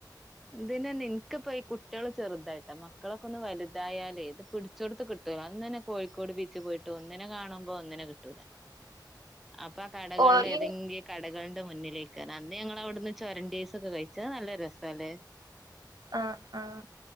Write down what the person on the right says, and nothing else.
<inaudible>
ഓല്
അഹ് അഹ്